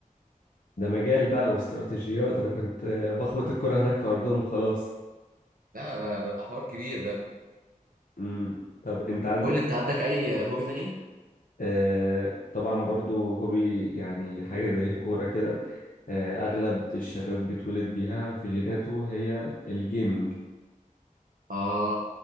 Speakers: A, on the left; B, on the right.
A: ده مجال بقى واستراتيجيات انا كنت آه، بخبط الكرة هناك في ارضهم وخلاص
B: لا ده ده ده حوار كبير ده
A: مم. طب انت عندك
B: قول لي انت عندك اي هوبي تانية؟
A: آه، طبعا برضو هوبي يعني حاجة زي الكورة كده آه، اغلب الشباب بيتولد بيها في جيناته هي الجيمينج
B: اه